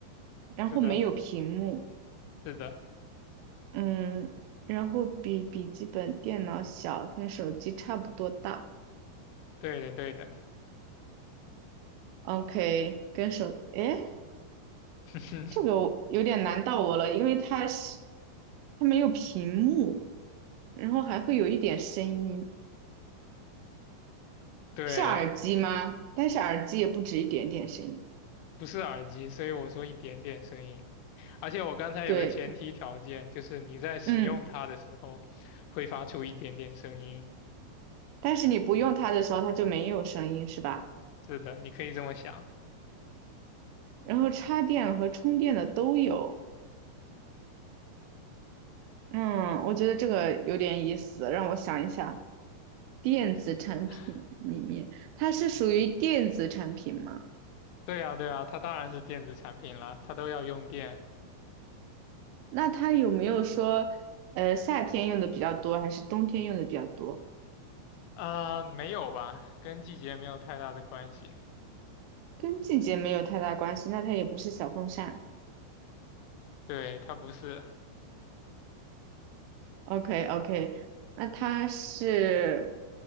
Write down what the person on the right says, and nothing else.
然后没有屏幕。
嗯，然后比笔记本电脑小，跟手机差不多大。
OK，跟手，诶，
这个我有点难到我了，因为它是它没有屏幕，然后还会有一点声音，
是耳机吗？但是耳机也不止一点点声音。
对，
嗯，
但是你不用它的时候，它就没有声音，是吧？
然后插电和充电的都有。嗯，我觉得这个有点意思，让我想一下。电子产品里面，
它是属于电子产品吗？
那它有没有说，呃，夏天用的比较多，还是冬天用的比较多？
跟季节没有太大关系，那它也不是小风扇。
OK OK，那它是